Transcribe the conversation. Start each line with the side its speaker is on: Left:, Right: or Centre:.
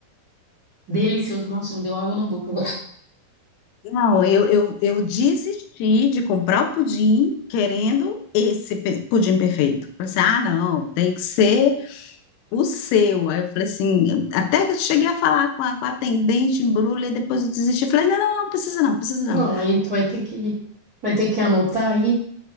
Right: Delicioso. Nossa, me deu água na boca.
Left: Não, eu, eu, eu desisti de comprar o pudim querendo esse pe- pudim perfeito. Falei assim, ah, não, tem que ser o seu. Aí eu falei assim, até que eu cheguei a falar com a, com a atendente, embrulha, e depois eu desisti. Falei, não, não, não, precisa não, precisa não.
Right: Não, aí tu vai ter que, vai ter que anotar aí